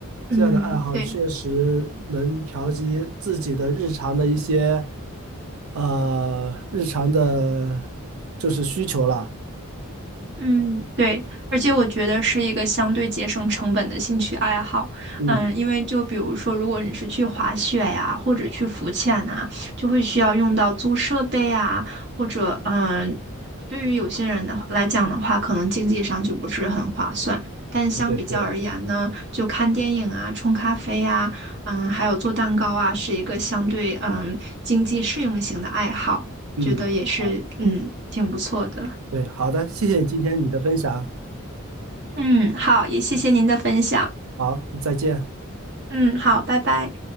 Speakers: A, on the right; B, on the right.
A: 这样的爱好确实能调节自己的日常的一些
B: 嗯，对。
A: 呃日常的，就是需求啦。
B: 嗯，对，而且我觉得是一个相对节省成本的兴趣爱好。
A: 嗯，
B: 嗯，因为就比如说，如果你是去滑雪呀，或者去浮潜呐，就会需要用到租设备啊，或者嗯，对于有些人的来讲的话，可能经济上就不是很划算。但相比较而言呢，
A: 对对对，
B: 就看电影啊、冲咖啡啊、嗯，还有做蛋糕啊，是一个相对嗯经济适用型的爱好，
A: 嗯，
B: 觉得也是嗯挺不错的。
A: 好，对，好的，谢谢你今天你的分享。
B: 嗯，好，也谢谢您的分享。
A: 嗯好，再见。
B: 嗯，好，拜拜。